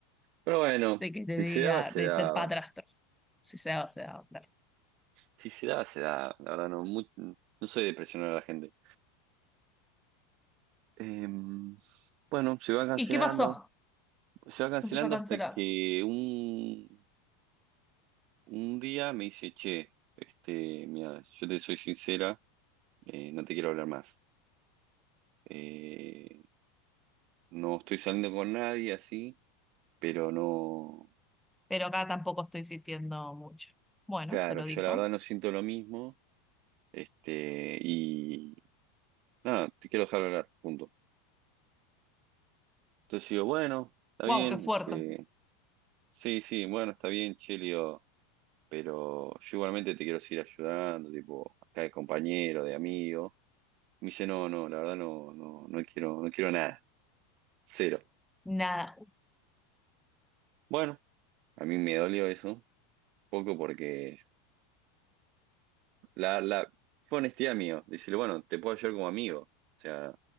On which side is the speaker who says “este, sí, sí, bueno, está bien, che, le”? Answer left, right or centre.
Right